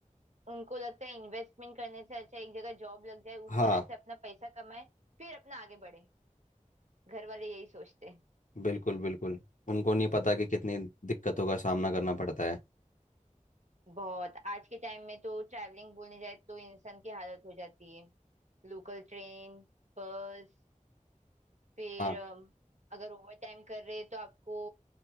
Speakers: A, on the right (about 60°); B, on the left (about 70°).
A: उनको लगता है इन्वेस्टमेंट करने से अच्छा एक जगह जॉब लग जाए उस
B: हाँ
A: तरह से अपना पैसा कमाए फिर अपना आगे बढ़े घर वाले यही सोचते हैं
B: बिल्कुल बिल्कुल उनको नहीं पता कि कितनी दिक्कतों का सामना करना पड़ता है
A: बहुत आज के टाइम में तो ट्रैवलिंग बोलने जाए तो इंसान की हालत हो जाती है लोकल ट्रेन बस फिर
B: हाँ
A: अम, अगर ओवर टाइम कर रहे हैं तो आपको